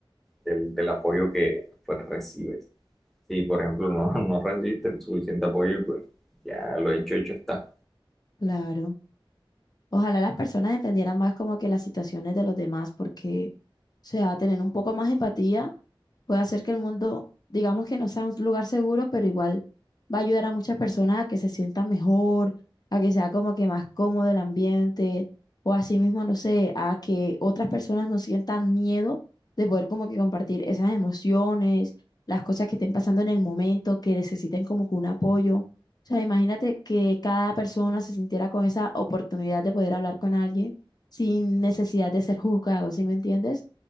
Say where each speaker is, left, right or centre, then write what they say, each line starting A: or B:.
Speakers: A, in the centre; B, on the left (about 50°).
A: del, del apoyo que pues, recibes. Si, por ejemplo, <laughs> no, no recibiste el suficiente apoyo, pues ya lo hecho, hecho está.
B: Claro. Ojalá las personas entendieran más como que las situaciones de los demás, porque, o sea, tener un poco más de empatía puede hacer que el mundo, digamos que no sea un lugar seguro, pero igual va a ayudar a muchas personas a que se sientan mejor, a que sea como que más cómodo el ambiente, o así mismo, no sé, a que otras personas no sientan miedo de poder como que compartir esas emociones, las cosas que estén pasando en el momento, que necesiten como que un apoyo. O sea, imagínate que cada persona se sintiera con esa oportunidad de poder hablar con alguien sin necesidad de ser juzgado, ¿sí me entiendes?